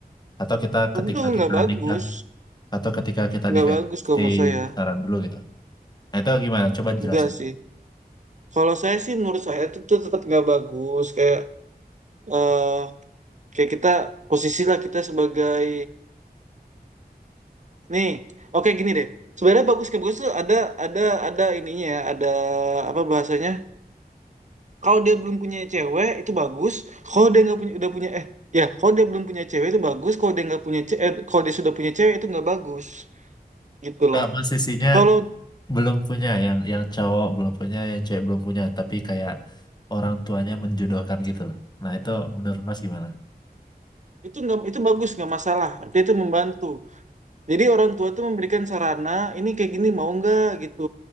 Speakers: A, on the left (about 25°); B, on the right (about 45°).
A: Atau kita
B: Tentu
A: ketika
B: nggak
A: kita
B: bagus.
A: nikah atau ketika kita
B: Nggak
A: nikah
B: bagus
A: itu mesti
B: kalau menurut saya.
A: pacaran dulu gitu. Nah, itu gimana? Coba
B: Enggak
A: jelasin.
B: sih. Kalau saya sih menurut saya itu, tuh tetap nggak bagus. Kayak eh kayak kita posisi lah kita sebagai nih oke gini deh sebenarnya bagus kayak bagus tuh ada ada ada ininya ya ada apa bahasanya kalau dia belum punya cewek itu bagus kalau dia nggak punya udah punya eh ya kalau dia belum punya cewek itu bagus kalau dia nggak punya cewek kalau dia sudah punya cewek itu nggak bagus gitu
A: Enggak,
B: loh
A: Mas, sisinya
B: kalau
A: belum punya yang yang cowok belum punya, yang cewek belum punya, tapi kayak orang tuanya menjodohkan gitu loh. Nah, itu menurut Mas gimana?
B: itu nggak itu bagus nggak masalah dia itu membantu jadi orang tua tuh memberikan sarana ini kayak gini mau nggak gitu